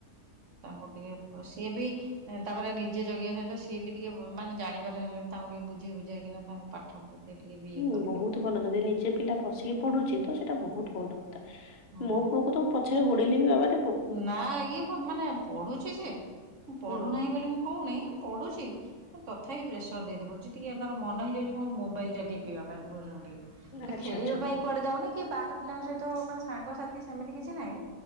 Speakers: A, on the right; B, on the left.
A: ତାଙ୍କୁ ଟିକେ ସିଏ ବି ତାପରେ ନିଜେ ଜଗିବା ସହିତ ସିଏ ବି ଟିକେ ମାନେ ଜାଣିବାର ହେଲେଣି ତାଙ୍କୁ ଟିକେ ବୁଝେଇ ବୁଝେଇକ କିନା ତାଙ୍କ ପାଠ ଟିକେ ବି ଇଏ
B: ହୁଁ,
A: କରିତେ
B: ବହୁତ
A: ପଡିବ।
B: ଭଲ ଯଦି ନିଜେ ପିଲା ଵଶିକି ପଢୁଛି ତ ସେଇଟା ବହୁତ ଭଲ କଥା।
A: ହଁ।
B: ମୋ ପୁଅକୁ ତ ମୁ ପଛରେ ଗୋଡେଇଲି ବାବା
A: ନା ଇଏ ମାନେ ପଢୁଛି ସେ ପଢୁନାହିଁ
B: ହୁଁ।
A: ବୋଲି ମୁଁ କହୁନି ପଢୁଛି। ତଥା ହି ପ୍ରେସର ଦେଇଟେ ପଡୁଛି ଟିକେ ତାର ମନ ହେଇଯାଉଛି କଣ ମୋବାଇଲଟା ଟିପିଵା ପାଇଁ ବୁଝନ୍ତୁ ଟିକେ। ମାନେ
B: ଆଚ୍ଛା
A: ଖେଳିବା
B: ଆଚ୍ଛା ନାଇଁ
A: ପାଇଁ
B: ନାଇଁ
A: କୁଆଡେ ଯାଉନି କି ବାହାର ପିଲାଙ୍କ ସହିତ ମାନେ ସାଙ୍ଗସାଥି ସେମିତି କିଛି ନାହିଁ।